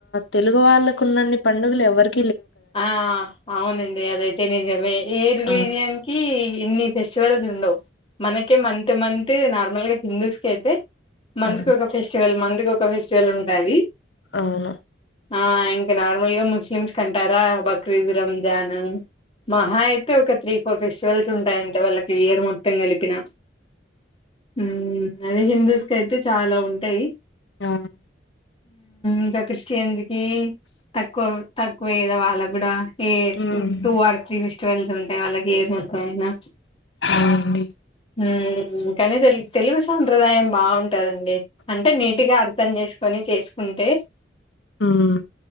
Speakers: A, on the left; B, on the left.
A: తెలుగు వాళ్ళకు ఉన్నన్ని పండుగలు ఎవరికి
B: ఆ అవునండి అదైతే నిజమే ఏ రిలీజియన్
A: ఆ!
B: కి ఇన్ని ఫెస్ట్ రిచువల్స్ ఉండవు మనకే మంత్ మంత్ నార్మల్ గా హిందూస్ కి అయితే మంత్కి
A: ఆ!
B: ఒక ఫెస్టివల్ మంత్కి ఒక ఫెస్టివల్ ఉంటాంది
A: అవును
B: ఆ ఇంకా నార్మల్గా ముస్లిమ్స్ కనిపి కరా బక్రీదు రంజాన్ మహా
A: హ్మ్.
B: అయితే ఒక త్రీ ఫోర్ ఫెస్టివల్స్ ఉంటాయంటే వాళ్ళకి ఇయర్ మొత్తం కలిపిన హ్మ్ అది హిందూస్కైతే అయితే చాలా ఉంటాయి
A: ఆ
B: ఇంకా క్రిస్టియన్స్కి తక్కువ ఎక్కువ ఏదో వాళ్ళకి కూడా ఏ
A: హ్మ్.
B: టూ ఆర్ త్రీ ఫెస్టివల్స్ ఉంటాయి వాళ్ళకి ఇయర్ మొత్తం అయినా
A: అవునండి.
B: హ్మ్ కాని తె తెలుగు సాంప్రదాయం బా ఉంటదండి అంటే నీట్గా అర్థం చేసుకొని చేసు ఉంటే
A: హ్మ్